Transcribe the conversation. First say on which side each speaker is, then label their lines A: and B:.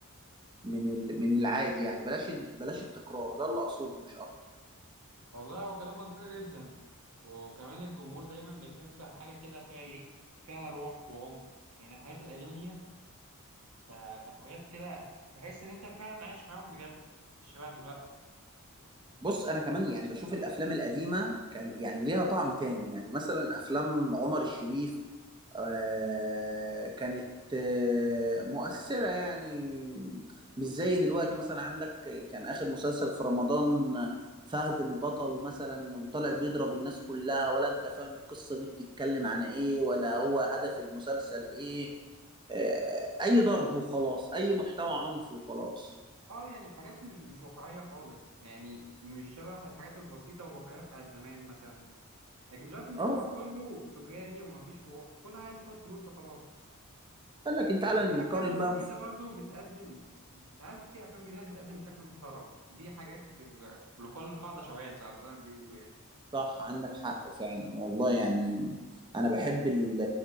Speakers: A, on the right; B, on the right.
A: من ال من العادي يعني بلاش بلاش التكرار ده اللي اقصده مش اكتر
B: والله هو كلام منطقي جدا وكمان الجمهور دايما بيحب حاجة كده فيها إيه؟ فيها روح وعمق يعني الحاجات القديمة ديت آه، كانت حاجات كده تحس إن أنت فعلا عايش معاهم بجد مش شبه دلوقتي
A: بص انا كمان يعني بشوف الافلام القديمه كان يعني ليها طعم تاني يعني مثلا افلام عمر الشريف آه كانت آه مؤثره يعني مش زي دلوقتي مثلا عندك كان اخر مسلسل في رمضان فهد البطل مثلا طالع بيضرب الناس كلها ولا انت فاهم القصه دي بتتكلم عن ايه ولا هو هدف المسلسل ايه آه اي ضرب وخلاص اي محتوى عنف وخلاص
B: اه يعني حاجات مش مش واقعية خالص يعني مش شبه الحاجات البسيطة والواقعية بتاعت زمان مثلا لكن دلوقتي الموضوع
A: اه
B: كله تجاري ومفيش روح كله عايز ياخد فلوس وخلاص
A: قال لك تعالى نقارن
B: في افلام جديده
A: بقى
B: برضو بتقدم ساعات في افلام جديده بتقدم بشكل محترم دي حاجات كده لكل قاعده شواذ على اللي أنا بيقولوا يعني
A: صح عندك حق فعلا والله يعني انا بحب ال-